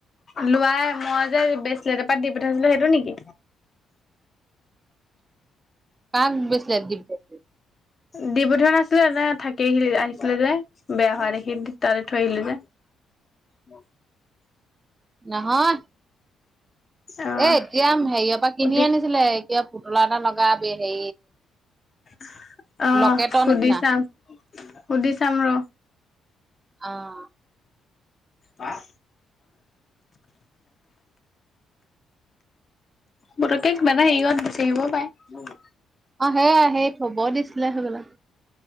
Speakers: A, on the left (about 40°); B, on the right (about 25°).
A: লোৱাই মই যে বেচলেট এটা দিম পঠিয়াইছিলোঁ সেইটো নেকি?
B: কাক বেচিলে দিব্যশ্ৰীক
A: দি পঠিওৱা নাছিলে নে থাকি আহিলি আহিছিলে যে বেয়া হোৱা দেখি তাতে থৈ আহিলো যে। ম
B: নহয়।
A: আহ
B: এ, এতিয়া হেৰিয়ৰ পৰা কিনি
A: সুধি
B: আনিছিলে। কিবা পুতলা এটা লগা হেৰি
A: <inaudible> আহ
B: লকেটৰ
A: সুধি
B: নিচিনা
A: চাম, সুধি চাম ৰ।
B: অ'।
A: <unintelligible> আহ। পতকে মানে হেৰিত বিচাৰ আহিবও পায়।
B: আহ, আহে, আহে থব দিছিলে, সেইবেলাক।